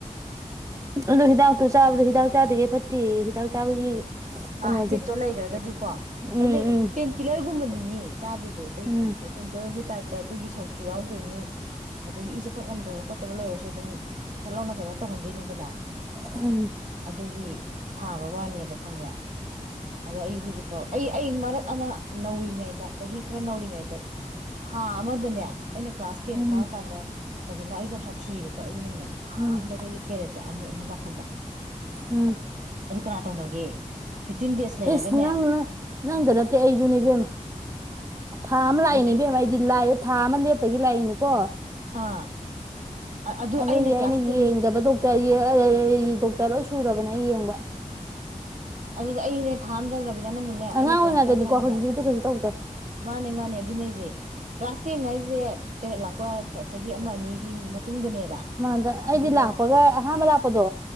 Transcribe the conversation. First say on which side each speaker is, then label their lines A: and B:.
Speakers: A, on the right (about 25°); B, on the right (about 65°).
A: ꯑꯗꯣ ꯍꯤꯗꯥꯛꯇꯣ ꯆꯥꯕꯗꯣ ꯍꯤꯗꯥꯛ ꯆꯥꯗ꯭ꯔꯤꯒꯩ ꯐꯠꯇꯦꯌꯦ ꯍꯤꯗꯥꯛ ꯆꯥꯕꯒꯤ ꯀꯩꯅꯣꯁꯦ
B: ꯑꯥ ꯍꯥꯏꯕꯤꯠꯇꯣ ꯂꯩꯈ꯭ꯔꯒꯗꯤꯀꯣ
A: ꯎꯝ
B: ꯀꯩꯝꯅꯠ
A: ꯎꯝ
B: ꯄꯦꯟꯀꯤꯂꯔꯒꯨꯝꯕꯅꯤꯃꯤ ꯆꯥꯗꯣꯏꯗꯣ ꯑꯇꯩꯒꯨꯝꯕ
A: ꯎꯝ
B: ꯑꯗꯩ ꯄꯦꯟꯀꯤꯂꯔꯕꯨ ꯇꯥꯏꯞꯇ ꯑꯗꯨꯒꯤ ꯁꯔꯛꯁꯨ ꯌꯥꯎꯗꯣꯏꯅꯤ ꯑꯗꯒꯤ ꯏ ꯆꯠꯊꯣꯛ ꯉꯝꯗꯕ ꯈꯣꯠꯇꯕ ꯂꯩꯔꯁꯨ ꯑꯗꯨꯝ ꯊꯠ ꯂꯥꯎꯅ ꯀꯩꯅꯣ ꯇꯧꯍꯟꯗꯣꯏꯅꯤꯗꯅ
A: ꯎꯝ
B: ꯑꯗꯨꯒꯤ ꯊꯥꯕ ꯋꯥꯅꯦꯕ ꯈꯪꯕ꯭ꯔꯥ ꯑꯗꯣ ꯑꯩ ꯍꯧꯖꯤꯛꯐꯥꯎ ꯑꯩ ꯑꯩ ꯃꯔꯛ ꯑꯃ ꯎꯝ ꯅꯧꯔꯤꯉꯩꯗ ꯆꯍꯤ ꯈꯔ ꯅꯧꯔꯤꯉꯩꯗ ꯊꯥ ꯑꯃꯗꯅꯦ ꯑꯩꯅ ꯀ꯭ꯂꯥꯁ ꯇꯦꯟ
A: ꯎꯝ
B: ꯀꯥꯕ ꯀꯥꯟꯗ ꯔꯕꯤꯅꯥꯒꯤꯖꯨ ꯌꯥꯝ ꯁꯥꯠꯊꯤꯕꯀꯣ ꯑꯩꯒꯤꯅꯅꯦ ꯊꯥ
A: ꯎꯝ
B: ꯑꯃꯗ ꯑꯩꯈꯣꯏꯒꯤ ꯄꯦꯔꯦꯠꯁꯦ ꯑꯅꯤ ꯑꯅꯤ ꯂꯥꯛꯁꯟꯕ
A: ꯎꯝ
B: ꯑꯗꯨ ꯀꯅꯥ ꯇꯧꯅꯒꯦ꯫ ꯐꯤꯐꯇꯤꯟ ꯗꯦꯖ ꯂꯩꯔꯒꯅꯦ
A: ꯏꯁ ꯅꯪꯅ ꯅꯪꯗ ꯅꯠꯇꯦ ꯑꯩꯖꯨꯅꯦ ꯏꯕꯦꯝꯃ ꯊꯥ ꯑꯃ ꯂꯥꯛꯏꯅꯦ
B: ꯑꯗꯨ ꯐꯤ
A: ꯏꯕꯦꯝꯃꯥ ꯑꯩꯗꯤ ꯂꯥꯛꯑꯦ ꯊꯥ ꯑꯃ ꯂꯦꯞꯇꯒꯤ ꯂꯥꯛ ꯑꯩꯅꯦ ꯀꯣ
B: ꯑꯥ ꯑꯗꯨ
A: ꯑꯗꯨꯗꯤ ꯑꯩꯅ
B: ꯀ꯭ꯂꯥꯁ ꯇꯦꯟ
A: ꯌꯦꯡꯗꯕ ꯗꯣꯛꯇꯔ <unintelligible> ꯗꯣꯛꯇꯔ ꯂꯣꯏ ꯁꯨꯔꯕꯅꯦ ꯑꯩ ꯌꯦꯡꯕ꯫
B: ꯑꯗꯨꯗ ꯑꯩꯅꯦ ꯊꯥ ꯑꯝꯗ ꯔ <unintelligible> ꯅꯡꯕꯨꯅꯦ ꯑꯩꯅ
A: ꯑꯉꯥꯡ ꯑꯣꯏꯔꯤꯉꯩꯗꯅꯤꯀꯣ
B: ꯀ꯭ꯂꯥꯁ ꯇꯦꯟ ꯀꯥꯔꯤꯉꯤꯗ
A: ꯍꯧꯖꯤꯛꯇꯤ ꯀꯩꯁꯨ ꯇꯧꯗꯦ
B: ꯃꯥꯅꯦ ꯃꯥꯅꯦ ꯑꯗꯨꯅꯦ ꯍꯥꯏꯖꯦ꯫ ꯀ꯭ꯂꯥꯁ ꯇꯦꯟ ꯍꯥꯏꯖꯦ ꯄꯦꯔꯠ ꯂꯥꯛꯄ ꯆꯍꯤ ꯑꯃ ꯑꯅꯤꯒꯤ ꯃꯇꯨꯡꯗꯅꯦꯕ
A: ꯃꯥꯗ ꯑꯩꯗꯤ
B: ꯑꯗꯨꯒ
A: ꯂꯥꯛꯄꯒ ꯑꯍꯥꯟꯕ ꯂꯥꯛꯄꯗꯣ